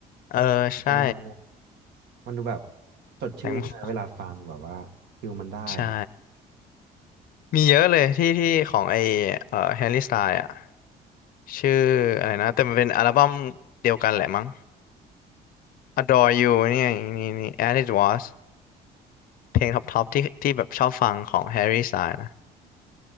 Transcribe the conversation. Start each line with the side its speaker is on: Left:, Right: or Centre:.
Left: เออใช่
Right: แตงโมมันดูแบบสดชื่นใช่ไหมเวลาฟังแบบว่าฟิลมันได้อะ
Left: แตงโม <laughs> ใช่มีเยอะเลยที่ที่ของไอ้เอ่อแฮร์รี่สไตล์อะชื่ออะไรนะแต่มันเป็นอัลบั้มเดียวกันแหละมั้ง Adore You นี่ไงนี่นี่ As It Was เพลงท็อปท็อปที่ที่แบบชอบฟังของแฮร์รี่สไตล์นะ